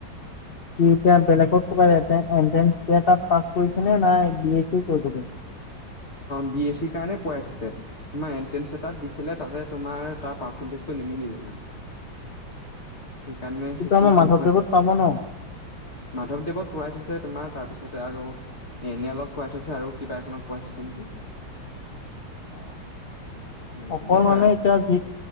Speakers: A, on the left; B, on the left.
A: সি এতিয়া বেলেগত কৰবাত এন্ট্ৰেন্ছ দি পাছ কৰিছে নে নাই। বি, এ, চি কৰিব সি।
B: বি এ চি কাৰণে পঢ়াই থৈছে। তোমাৰ এন্ট্ৰেন্ছ এটাত দিছিলে। তোমাৰ তাৰ পাৰ্ছেন টেষ্টতো নিমিলিলে মানে। সেইকাৰণে
A: সিটো
B: সেইটোত
A: আমাৰ মাধৱদেৱত
B: নহল
A: পাব ন
B: মাধৱদেৱত পুৰাই থৈছে, তোমাৰ তাৰপিছত তাতে আৰু এনে অলপ পঢ়াই থৈছে আৰু কিবা এখনত পঢ়াই থৈছে নেকি?
A: অ',
B: হয়
A: অকল
B: তেনেকুৱাই
A: মানে এতিয়া যি